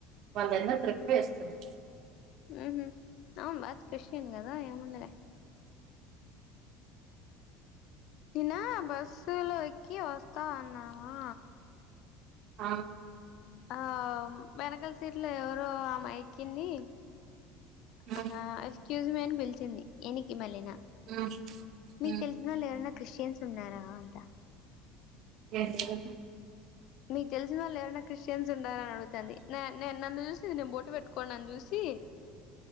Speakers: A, on the right; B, on the left.
A: వాళ్ళన్న ట్రిప్ వేస్తుంది
B: ఊహూ అవును భరత్ క్రిష్టియన్ కదా ఏముందిలే నిన్నా బస్సు లో ఎక్కి వస్తా అన్నావా
A: ఆ
B: ఆ వెనకాల సీట్లో ఎవరో ఆమె ఎక్కింది
A: ఉమ్
B: అహ ఎక్స్క్యూజ్ మీ అని పిలిచింది ఎనికి మళ్ళనా
A: ఉమ్
B: మీకు
A: ఉమ్
B: తెలిసినోళ్ళు ఎవరైనా క్రిస్టియన్స్ ఉన్నారా అంట
A: ఏం తెలుసు
B: మీకు తెలిసినోళ్ళు ఎవరైనా క్రిస్టియన్స్ ఉండారని అడుగుతుంది న నన్ను చూసి నేను బొట్టు పెట్టుకోని నన్ను చూసి